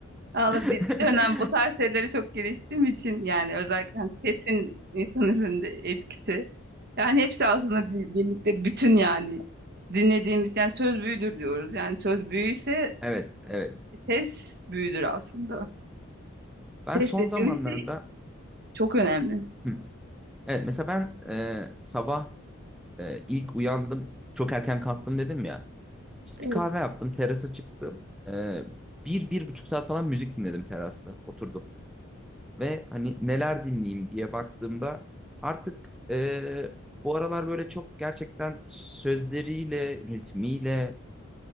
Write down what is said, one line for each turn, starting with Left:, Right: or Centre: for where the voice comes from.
Right: Valla
Centre: <laughs>
Right: bir, bir dönem bu tarz şeylere çok giriştiğim için yani özellikle hani sesin insan üzerinde etkisi. Yani hepsi aslında bir, birlikte bütün yani dinlediğimiz yani söz büyüdür diyoruz. Yani söz büyüyse
Centre: Evet, evet.
Right: e, ses büyüdür aslında. Ses
Centre: Ben son
Right: dediğimiz
Centre: zamanlarda
Right: şey çok önemli.
Centre: Hı. evet mesela ben e, sabah e, ilk uyandım çok erken kalktım dedim ya. Biz
Right: Evet.
Centre: bir kahve yaptım, terasa çıktım. Ee, bir, bir buçuk saat falan müzik dinledim terasta, oturdum. Ve hani neler dinleyeyim diye baktığımda artık ee, bu aralar böyle çok gerçekten sözleriyle, ritmiyle